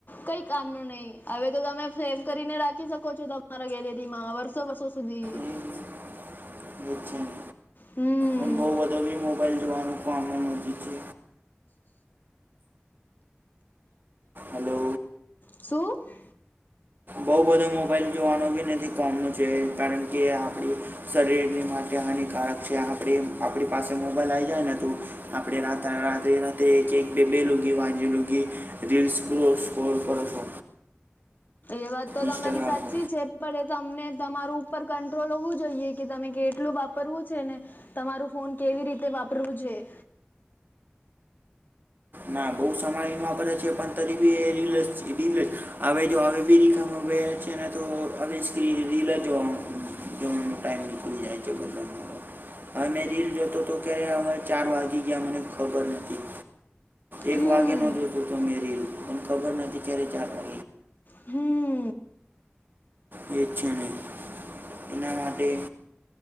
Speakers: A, on the left (about 45°); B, on the right (about 50°).
A: કઈ કામ નુ નહી હવે તો તમે સેવ કરીને રાખી શકો છો. તમારા ગેલેરીમાં વર્ષો વષ સુધી.
B: એ એ જ છે ને
A: હમ.
B: અને બહુ બધો બી મોબાઈલ જોવાનું કામ નથી છે. હલો
A: શું.
B: બહુ બધો મોબાઈલ જોવાનો બી નથી કોમનું છે. કારણ કે આપણી, શરીર ની માટે હાનિકારક છે. આપણી આપણી પાસે મોબાઈલ આવી જાય ને તું, આપડણે રાત્ર રાધે રાધે એક એક બે બે લૂગી વાજે લુંગી. રીલસ સ્ક્રોલ સ્ક્રોલ કર છો.
A: એ વાત તો
B: ઇન્સ્ટાગ્રામ
A: તમારી સાચી
B: પર
A: છે. પણ એ તમને તમારું ઉપર કંટ્રોલ હોવું જોઈએ કે તમે કેટલું વાપરવું છે. ને, તમારું ફોન કેવી રીતે વાપરવું જોઈએ.
B: ના બહુ સમય વાપરે છે. પણ તરીબી એ <unintelligible> આવે જોબી રીખામ. છે. ને તો હવે સ્ક્રીન રીલ જોવા જોવાનો ટાઈમ નીકળી જાય છે. બધા, હવે મેં રીલ જોતો હતો ક્યારે સવારે ચાર વાગી ગયા મને ખબર નથી. એક
A: હમ
B: વાગ્યા નો જોતો હતો મેં રીલ, પણ ખબર નથી ક્યારે ચાર વા
A: હમ.
B: જે છે ને એના માટે